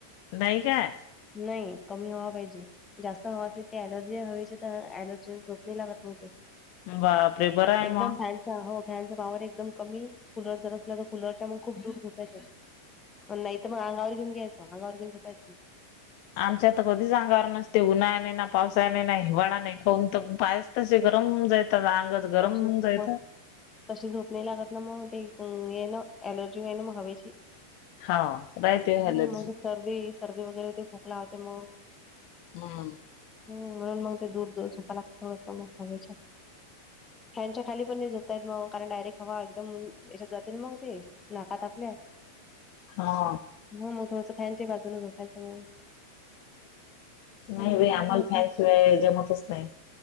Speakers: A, on the left (about 45°); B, on the left (about 20°).
A: नाहीय काय
B: नाही कमी हवा पाहिजे जास्त हवा असल ते लर्ज हवे तर एलर्जी झोप नाही लागत मग ते
A: बापरे बरं आहे
B: एकदम
A: मग
B: हो फॅनचा पावर एकदम कमी कुलर जर असला तर कुलरच्या मग खूप दुर झोपायचं नाही तर मग अंगावर घेऊन घ्यायचं अंगावर घेऊन झोपायचं
A: आमच्या तर कधीच अंगावर नसते उन्हाळया नाइ पावसाया नाइ हिवाळा नाही काऊन तर पाय तसे गरम जायात अंगच गरम
B: तशी खूप
A: जायत
B: तशी झोपणे लागत ना मग ते हे ना एलर्जी आहे ना मग हवेची
A: हा बायती
B: हो
A: ऍलर्जी
B: मग ते सर्दी सर्दी वगैरे ते खोकला होते मग
A: हम्म
B: हम म्हणून मग ते दूर दूर झोपायला लागते थोडं मज हयच्या फॅनच्या खाली पण नाही झोपतायत मग कारण डायरेक्ट हवा एकदम याच्यात जाते मग ते नाकात आपल्या
A: हा
B: ह मग थोडसं फॅनच्या बाजून झोपायच मग
A: नाही
B: हम्म,
A: बाई आम्हाला
B: हो
A: फॅनशिवाय जमतच नाही